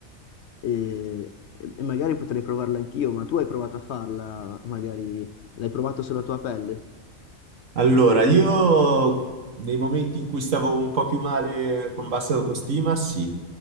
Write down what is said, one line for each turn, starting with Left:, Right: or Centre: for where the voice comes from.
Left: e, e magari potrei provarla anch'io, ma tu hai provato a farla, magari l'hai provato sulla tua pelle.
Right: Allora, io nei momenti in cui stavo un po' più male con bassa autostima, sì.